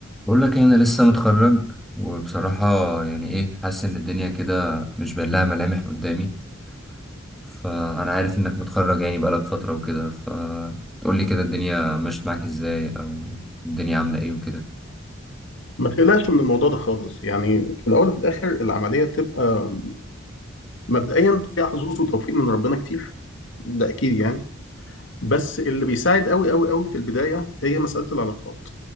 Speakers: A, in the centre; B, on the left.
A: بقول لك إيه، انا لسه متخرج وبصراحة يعني ايه حاسس ان الدنيا كده مش باين لها ملامح قدامي فانا عارف انك متخرج يعني بقالك فترة وكده فتقول لي كده الدنيا مشت معاك ازاي او الدنيا عاملة ايه وكده
B: ما تقلقش من الموضوع ده خالص يعني في الاول وفي الاخر العمليه بتبقى مبدئيا فيها حظوظ وتوفيق من ربنا كتير ده اكيد يعني بس اللي بيساعد قوي قوي قوي في البدايه هي مساله العلاقات